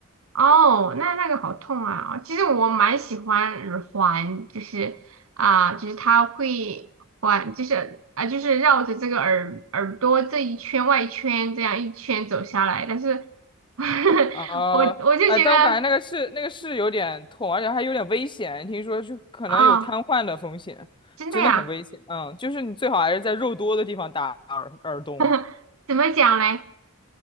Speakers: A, on the right; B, on the left.
A: 哦，那那个好痛啊！其实我蛮喜欢耳环，就是啊、就是它会环，就是啊、就是绕着这个耳耳朵这一圈外圈这样一圈走下来，但是 <laughs>
B: 啊，
A: 我我就觉得
B: 哎，但我感觉那个是那个是有点痛，而且还有点危险，听说就可能有瘫痪的风险，
A: 哦，真的呀，
B: 真的很危险。嗯，就是你最好还是在肉多的地方打耳耳洞，
A: <laughs> 怎么讲嘞？